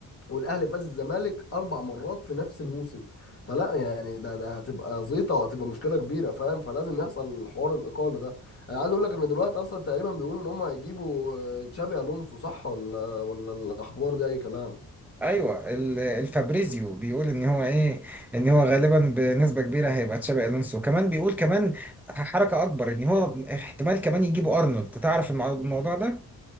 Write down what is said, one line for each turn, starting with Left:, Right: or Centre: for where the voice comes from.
Left: والاهلي فاز الزمالك اربع مرات في نفس الموسم فلا يعني ده ده هتبقى زيطه وهتبقى مشكله كبيره فاهم فلازم يحصل حوار الاقاله ده انا عايز اقول لك ان دلوقتي اصلا تقريبا بيقولوا ان هم هيجيبوا آه، تشابي الونسو صح ولا ولا الاخبار دي اي كلام
Centre: ايوه ال- الفابريزيو بيقول ان هو ايه ان هو غالبا بنسبه كبيره هيبقى تشابي الونسو كمان بيقول كمان حركه اكبر ان هو احتمال كمان يجيبوا ارنولد تعرف المع- الموضوع ده